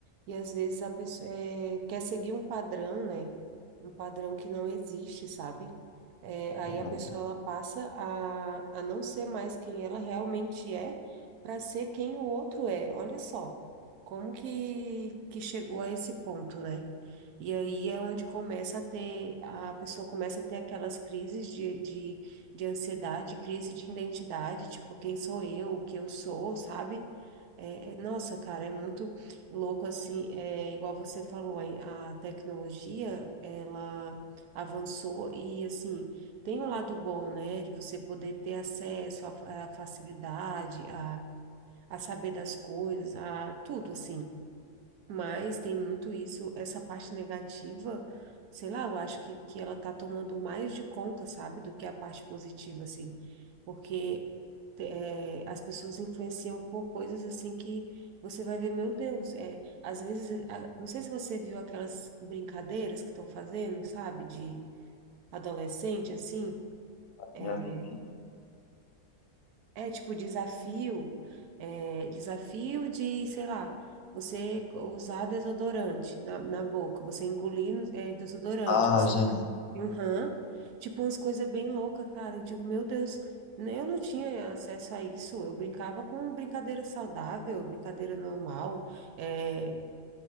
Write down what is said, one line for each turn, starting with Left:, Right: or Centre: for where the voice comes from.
Right: E às vezes a pessoa é, quer seguir um padrão, né? Um padrão que não existe, sabe? É, aí
Left: Exato.
Right: a pessoa ela passa a, a não ser mais quem ela realmente é para ser quem o outro é. Olha só como que, que chegou a esse ponto, né? E aí é onde começa a ter, a pessoa começa a ter aquelas crises de ansiedade, crise de identidade, tipo, quem sou eu, o que eu sou, sabe? É, é- nossa, cara, é muito louco assim, é igual você falou, a, a tecnologia, ela avançou e assim, tem um lado bom, né, de você poder ter acesso à, à facilidade, a, a saber das coisas, a tudo assim. Mas tem muito isso, essa parte negativa, sei lá, eu acho que, que ela tá tomando mais de conta, sabe, do que a parte positiva, assim. Porque é, as pessoas influenciam por coisas assim que você vai ver, meu Deus, é, às vezes, a- não sei se você viu aquelas brincadeiras que estão fazendo, sabe, de adolescente, assim. é,
Left: Já vi.
Right: É tipo desafio, é, desafio de, sei lá, você usar desodorante na, na boca, você engolir é, desodorante,
Left: Ah,
Right: você
Left: já vi.
Right: uhum. Tipo umas coisas bem loucas, cara. Eu digo, meu Deus, né, eu não tinha acesso a isso. Eu brincava com brincadeira saudável, brincadeira normal, é,